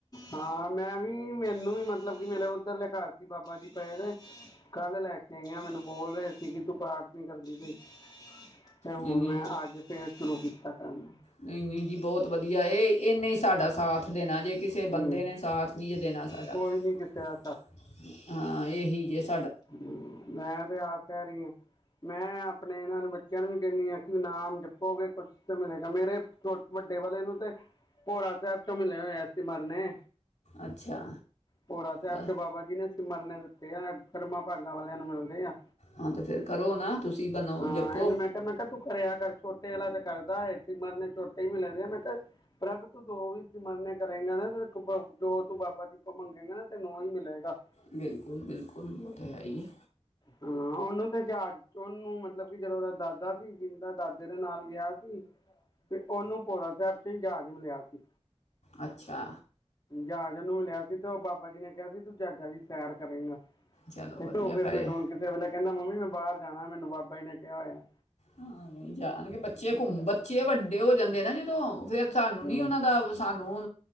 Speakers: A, on the left; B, on the left.
A: ਹਾਂ ਮੈਂ ਵੀ ਮੈਨੂੰ ਵੀ ਮਤਲਬ ਕਿ ਮੇਰੇ ਉੱਧਰ ਘਰ ਸੀ, ਬਾਬਾ ਜੀ ਪਏ ਨੇ ਕੱਲ ਲੈ ਕੇ ਆਈ ਆ ਮੈਨੂੰ ਬੋਲ ਰਹੇ ਸੀ ਕਿ ਤੂੰ ਪਾਠ ਨੀਂ ਕਰਦੀ ਪਈ। ਤੇ
B: ਨਹੀਂ
A: ਹੁਣ
B: ਨਹੀਂ
A: ਮੈਂ ਅੱਜ ਫਿਰ ਸ਼ੁਰੂ ਕੀਤਾ ਕਰਨਾ
B: ਨਹੀਂ ਨਹੀਂ ਜੀ ਬਹੁਤ ਵਧੀਆ ਇਹ ਇਹਨੇ ਸਾਡਾ ਸਾਥ ਦੇਣਾ ਜੇ ਕਿਸੇ
A: ਹੂੰ
B: ਬੰਦੇ ਨੇ ਸਾਥ ਨਹੀਂ ਜੇ ਦੇਣਾ ਸਾਡਾ
A: ਕੋਈ
B: ਹਾਂ।
A: ਨੀ ਕਿਸੇ ਦਾ
B: ਹਾਂ ਇਹੀ ਏ ਜਿਸ
A: ਹੂੰ ਮੈਂ ਤੇ ਆਪ ਕਹਿ ਰਹੀ ਹਾਂ। ਮੈਂ ਆਪਣੇ ਇਹਨਾਂ ਨੂੰ ਨੂੰ ਵੀ ਕਹਿੰਨੀ ਆ ਕਿ ਨਾਮ ਜਪੋਗੇ ਕੁਛ ਤੇ ਮਿਲੇਗਾ ਮੇਰੇ ਛੋਟ ਵੱਡੇ ਵਾਲੇ ਨੂੰ ਤੇ ਪੋਰਾ ਸਾਹਿਬ ਚ ਮਿਲੇ ਹੋਇਆ ਸਿਮਰਨੇ
B: ਅੱਛਾ
A: ਭੋਰਾ ਸਾਹਿਬ
B: ਬਸ
A: ਚ ਬਾਬਾ ਜੀ ਨੇ ਸਿਮਰਨੇ ਦਿੱਤੇ ਆ ਕਰਮਾਂ ਭਾਗਾਂ ਵਾਲਿਆਂ ਨੂੰ ਮਿਲਦੇ ਆ।
B: ਹਾਂ ਤਾਂ ਫਿਰ ਕਰੋ ਨਾ ਤੁਸੀਂ ਬਣੋ
A: ਹਾਂ
B: ਜਪੋ
A: ਇਹਨੂੰ ਮੈਂ ਕਿਹਾ ਮੈਂ ਕਿਆ ਤੂੰ ਕਰਿਆ ਕਰ ਛੋਟੇ ਵਾਲਾ ਤੇ ਕਰਦਾ ਐ। ਸਿਮਰਨੇ ਛੋਟੇ ਹੀ ਮਿਲੇ ਦੇ ਆ ਮੈਂ ਕਿਹਾ ਪ੍ਰਭ ਤੂੰ ਦੋ ਵੀ ਸਿਮਰਨੇ ਕਰੇਗਾ ਨਾ ਤੇ ਜੋ ਤੂੰ ਬਾਬਾ ਜੀ ਕੋਲ ਮੰਗੇਗਾ ਨਾ ਤੈਨੂੰ ਹੀ ਮਿਲੇਗਾ।
B: ਬਿਲਕੁਲ ਬਿਲਕੁਲ ਉਹ ਤੇ ਹੈ ਹੀ ਈ।
A: ਹਾਂ ਉਹਨੂੰ ਤੇ ਜਾ ਉਹਨੂੰ ਮਤਲਬ ਕਿ ਜਦੋਂ ਉਹਦਾ ਦਾਦਾ ਜਿੰਦਾ ਦਾਦੇ ਦੇ ਨਾਲ ਗਿਆ ਸੀ ਤੇ ਉਹਨੂੰ ਭੋਰਾ ਸਾਹਿਬ ‌ਚ ਜ਼ਹਾਜ਼ ਮਿਲਿਆ ਸੀ।
B: ਅੱਛਾ
A: ਜਦ ਉਹਨੂੰ ਮਿਲਿਆ ਸੀ ਤੇ ਉਹ ਬਾਬਾ ਜੀ ਨੇ ਕਿਹਾ ਸੀ ਤੂੰ ਜ਼ਹਾਜਾ ਜੀ ਸੈਰ ਕਰੇਗਾ।
B: ਚਲੋ ਵਧੀਆ
A: ਉਹ ਫਿਰ
B: ਕਰੇ
A: ਮੈਨੂੰ ਕਿਸੇ ਵੇਲੇ ਕਹਿੰਦਾਂ ਮੰਮੀ ਮੈਂ ਬਾਹਰ ਜਾਣਾ ਮੈਨੂੰ ਬਾਬਾ ਜੀ ਨੇ ਕਿਹਾ ਹੋਇਆ।
B: ਹਾਂ ਨਹੀਂ, ਜਾਣਗੇ ਬੱਚੇ
A: ਮੈਂ
B: ਘੁੰਮ
A: ਕਿਹਾ
B: ਬੱਚੇ ਵੱਡੇ ਹੋ ਜਾਂਦੇ ਨਾ ਜਦੋਂ ਫੇਰ ਸਾਨੂੰ
A: ਹੂੰ
B: ਨੀ ਉਹਨਾਂ ਦਾ ਸਾਨੂੰ